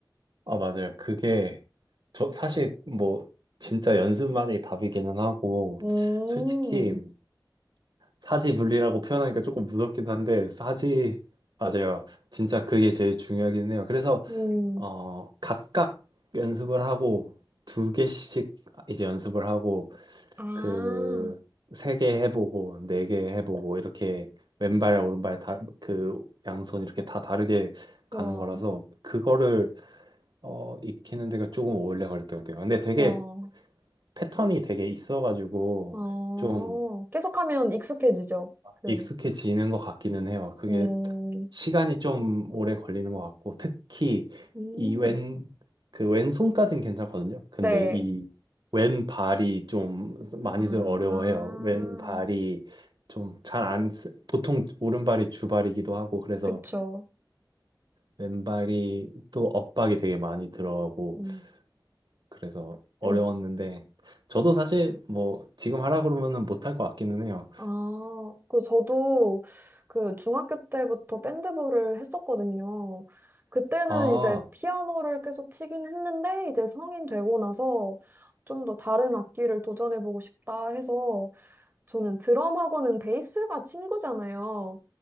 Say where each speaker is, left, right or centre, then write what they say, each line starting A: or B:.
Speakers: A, on the right; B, on the right.
A: 아, 맞아요. 그게, 저 사실 뭐, 진짜 연습만이 답이기는 하고,
B: 음,
A: 솔직히 사지분리라고 표현하니까 조금 무섭긴 한데, 사지, 맞아요. 진짜 그게 제일 중요하긴 해요. 그래서,
B: 음,
A: 어, 각각 연습을 하고, 두 개씩 이제 연습을 하고,
B: 아,
A: 그 세 개 해보고 네 개 해보고 이렇게 왼발 오른발 다 그 양손 이렇게 다 다르게 가는
B: 와,
A: 거라서 그거를 어 익히는 데가 조금 오래 걸릴 것 같아요. 근데 되게
B: 와,
A: 패턴이 되게 있어가지고
B: 아.
A: 좀...
B: 계속하면 익숙해지죠. 그,
A: 익숙해지는 것 같기는 해요. 그게
B: 음,
A: 시간이 좀 오래 걸리는 것 같고, 특히
B: 음,
A: 이 왼, 그 왼손까진 괜찮거든요. 근데
B: 네.
A: 이 왼발이 좀 많이들
B: 아,
A: 어려워해요. 왼발이 좀 잘 안, 쓰- 보통 오른발이 주발이기도 하고, 그래서
B: 그쵸.
A: 왼발이 또 엇박이 되게 많이 들어오고,
B: 음,
A: 그래서 어려웠는데,
B: 음.
A: 저도 사실 뭐 지금 하라 그러면은 못할 것 같기는 해요.
B: 아, 그, 저도 그 중학교 때부터 밴드부를 했었거든요. 그때는
A: 아,
B: 이제 피아노를 계속 치긴 했는데, 이제 성인 되고 나서 좀 더 다른 악기를 도전해보고 싶다 해서, 저는 드럼하고는 베이스가 친구잖아요.